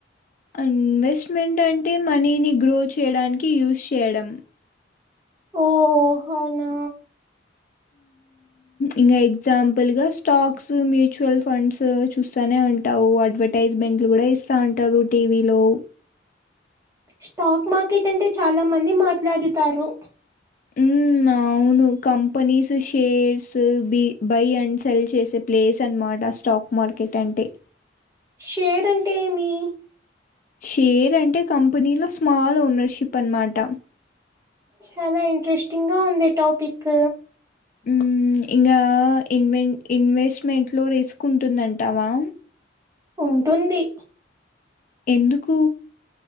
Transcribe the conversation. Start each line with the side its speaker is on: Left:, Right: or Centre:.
Left: అన్వెస్ట్మెంట్ అంటే మనీని గ్రో చేయడానికి యూజ్ చేయడం
Right: ఓహో అవునా
Left: ఇంకా ఎగ్జాంపుల్ గా స్టాక్స్ మ్యూచువల్ ఫండ్స్ చూస్తానే ఉంటావు అడ్వైటై ఐస్మెంట్ కూడా ఇస్తా ఉంటారు టీవలో
Right: స్టాక్ మార్కెట్ అంటే చాలా మంది మాట్లాడుతారు
Left: అన్ అవును కంపెనీస్ షేర్స్ బి బై అండ్ సెల్ చేసే ప్లే స్ అన్మాట స్టాక్ మార్కెట్ అంటే
Right: షేర్ అంటే ఏమి
Left: షేర్ అంటే కంపెనీలో స్మాల్ ఓనర్షిప్ అనమాట
Right: చాలా ఇంట్రెస్ట్స్ంగ ఉంది టాపిక్
Left: ఉమ్ ఇంకా ఇన్వె ఇన్వెస్ట్మెంట్లో రిస్క్ ఉంటుందంటావా
Right: ఉంటుంది
Left: ఎందుకు